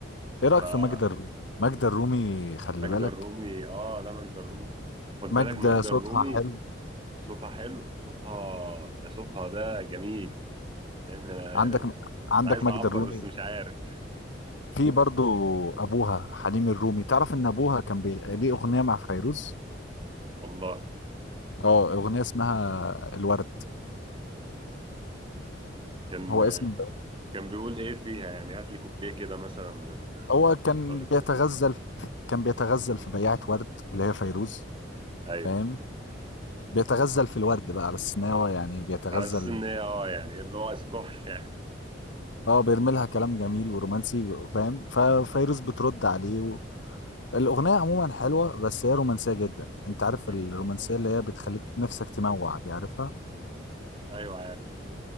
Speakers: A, on the left (about 75°); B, on the right (about 25°).
A: ايه رأيك
B: فماجدة
A: في ماجدة الرومي ماجدة الرومي خلي
B: الرومي
A: بالك
B: اه لا ماجدة الرومي خد, خد
A: ماجدة
B: بالك ماجدة
A: صوتها
B: الرومي
A: حلو
B: صوتها حلو صوتها ده صوتها ده جميل فاهم أنا
A: عندك
B: يعني
A: عندك
B: انا عايز
A: ماجدة
B: اعبر
A: الرومي
B: بس مش عارف
A: في برضو ابوها حليم الرومي تعرف ان ابوها كان بي... ليه اغنية مع فيروز
B: والله
A: اه اغنية اسمها الورد
B: كان
A: هو اسم
B: كان بيقول ايه فيها يعني هات لي كوبليه كده مثلا من ال...
A: هو كان
B: قلت-
A: بيتغزل في... كان بيتغزل في بياعة ورد اللي هي فيروز
B: ايوه
A: فاهم بيتغزل في الورد بقى على السناوة يعني بيتغزل
B: على اساس ان هي اه يعني اللي هو اسقاط <laughs> يعني
A: اه بيرمي لها كلام جميل ورومانسي فاهم ففيروز بترد عليه و... الاغنيه عموما حلوه بس هي رومانسيه جدا انت عارف
B: مم.
A: الرومانسيه اللي هي بتخليك نفسك تموع دي عارفها
B: ايوه